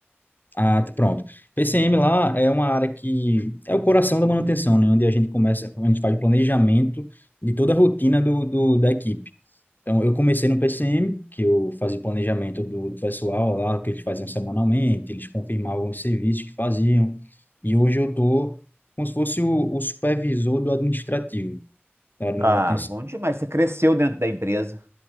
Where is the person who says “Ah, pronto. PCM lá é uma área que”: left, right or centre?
Left